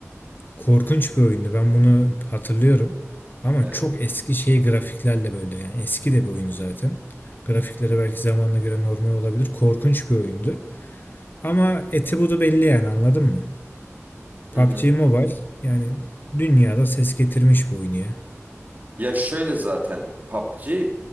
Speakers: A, on the left; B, on the right.
A: Korkunç bir oyundu. Ben bunu hatırlıyorum. Ama
B: Evet.
A: çok eski şey grafiklerle böyle yani eski de bir oyun zaten. Grafikleri belki zamanla göre normal olabilir. Korkunç bir oyundu. Ama eti budu belli yani anladın mı? PUBG
B: Hı hı.
A: Mobile yani dünyada ses getirmiş bir oyun ya.
B: Ya şöyle zaten PUBG